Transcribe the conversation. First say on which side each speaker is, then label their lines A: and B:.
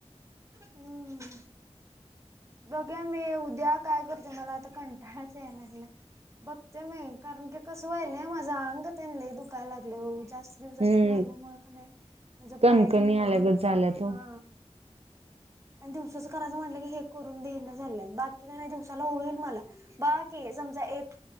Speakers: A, on the right; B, on the right.
A: हम्म. बघ्या, मी उद्या काय करते? मला आता कंटाळाच याय लागला. बघते मी. कारण की, कसं व्हायलय. माझं अंग त्यां दुखायला लागलय ओ जास्त. <unintelligible>
B: हम्म
A: झाल्यामुळं का नाही. म्हणजे
B: कणकणी
A: पाय त्यां पूर्ण.
B: आल्यागत झाल्यात ओ
A: हा. अन् दिवसाचं करायचं म्हटलं की, हे करून देईना झाल्यात. बाकीच नाही दिवसाला होईल मला. बाकी, समजा एक